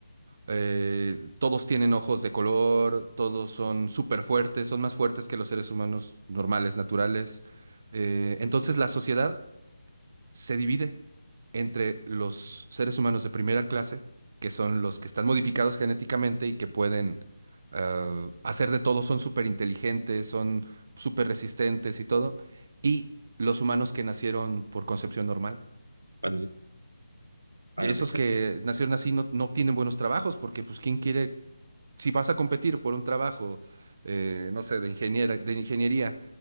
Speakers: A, on the right; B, on the right.
A: Eh, todos tienen ojos de color, todos son súper fuertes, son más fuertes que los seres humanos normales, naturales. Eh, entonces la sociedad se divide entre los seres humanos de primera clase, que son los que están modificados genéticamente y que pueden eh, hacer de todo, son súper inteligentes, son súper resistentes y todo, y los humanos que nacieron por concepción normal.
B: Ándale, a
A: Esos
B: la bechas.
A: que nacieron así no, no tienen buenos trabajos porque pues ¿quién quiere si vas a competir por un trabajo, eh, no sé, de ingeniera, de ingeniería,